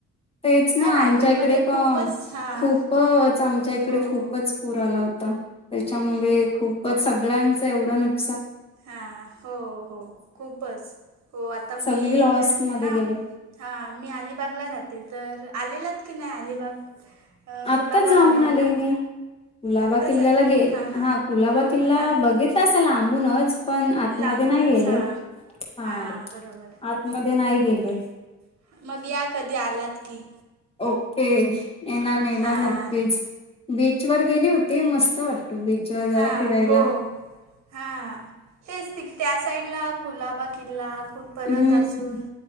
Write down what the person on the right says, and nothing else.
रायगडमध्ये
खूपच हां
हो
हो
हा हो हो खूपच हो आता
मी
इथे राहते
ना
हा मी अलिबागला राहते तर आलेलात की नाही अलिबाग अ,
कुलाबा
बघायला
आत्ताच
आले
हां हां
कुल
हां हां
लांबूनच
हां
हां बरोबर
हां
मग या कधी आलात की
हां
हा
हो हा तेच त त्या साईड ला कुलाबा किल्ला खूप परत
अजून